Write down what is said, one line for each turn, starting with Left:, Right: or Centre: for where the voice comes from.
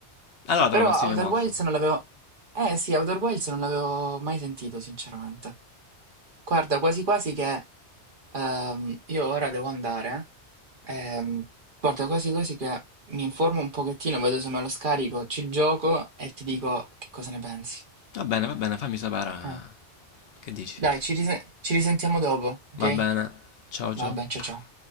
Left: Allora te
Right: Però
Left: lo consiglio
Right: Outer
Left: molto.
Right: Wilds non l'avevo... Eh sì, Outer Wilds non l'avevo mai sentito, sinceramente. Guarda, quasi quasi che... ehm, io ora devo andare. eh. ehm, guarda, quasi quasi che mi informo un pochettino, vedo se me lo scarico, ci gioco e ti dico che cosa ne pensi.
Left: Va bene, va bene, fammi sapere eh,
Right: Eh.
Left: che dici.
Right: Dai, ci risen- ci risentiamo dopo, ok?
Left: Va bene, ciao
Right: Vabbè,
Left: ciao.
Right: ciao ciao.